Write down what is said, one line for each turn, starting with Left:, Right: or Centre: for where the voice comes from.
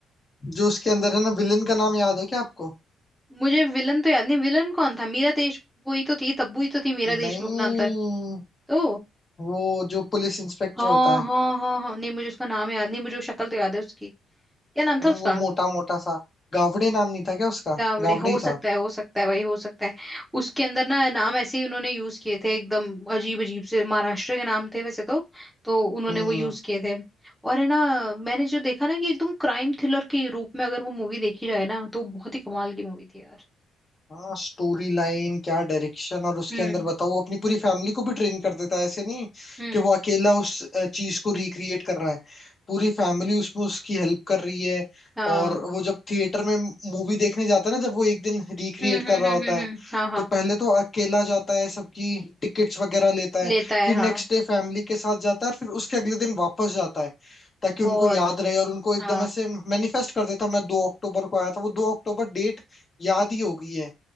Left: जो उसके अंदर है ना विलेन का नाम याद है क्या आपको
Centre: मुझे विलन तो याद नहीं विलन कौन था मीरा देश वही तो थी तब्बू ही तो थी मीरा
Left: नहीं
Centre: देशमुख नाम था तो
Left: वो जो पुलिस इंस्पेक्टर
Centre: हाँ
Left: होता है
Centre: हाँ हाँ हाँ नहीं मुझे उसका नाम याद नहीं मुझे वो शक्ल तो याद है उसकी क्या नाम
Left: हम्म,
Centre: था उसका
Left: वो मोटा मोटा सा गावड़े नाम नहीं था क्या उसका
Centre: गावड़े
Left: गावड़े
Centre: हो
Left: ही
Centre: सकता
Left: था
Centre: है हो सकता है भाई हो सकता है उसके अंदर ना नाम ऐसे ही उन्होंने यूज किए थे एकदम अजीब अजीब से महाराष्ट्र के नाम थे वैसे तो तो उन्होंने
Left: हम्म
Centre: वो यूज किए थे और है ना मैंने जो देखा ना कि एकदम क्राइम थ्रिलर के रूप में अगर वो मूवी देखी जाए ना तो बहुत ही कमाल की मूवी थी यार
Left: हाँ स्टोरी लाइन क्या डायरेक्शन और उसके
Centre: हम्म
Left: अंदर बताओ वो अपनी पूरी फैमिली को भी ट्रेन कर देता है ऐसे नहीं
Centre: हम्म
Left: कि वो अकेला उस चीज को रिक्रिएट कर रहा है पूरी फैमिली उसमें उसकी हेल्प कर रही है
Centre: हाँ
Left: और वो जब थिएटर में मूवी देखने जाता है ना जब वो एक दिन रिक्रिएट
Centre: हम्म
Left: कर
Centre: हम्म
Left: रहा
Centre: हम्म
Left: होता
Centre: हम्म
Left: है
Centre: हम्म, हाँ हाँ
Left: तो पहले तो अकेला जाता है सबकी टिकट्स वगैरह लेता
Centre: लेता
Left: है
Centre: है
Left: फिर
Centre: हाँ
Left: नेक्स्ट डे फैमिली के साथ जाता है और फिर उसके अगले दिन वापस जाता है ताकि
Centre: बहुत
Left: उनको याद रहे और उनको एकदम
Centre: हाँ।
Left: ऐसे मैनिफेस्ट कर देता है, मैं दो अक्टूबर को आया था वो दो अक्टूबर डेट याद ही हो गई है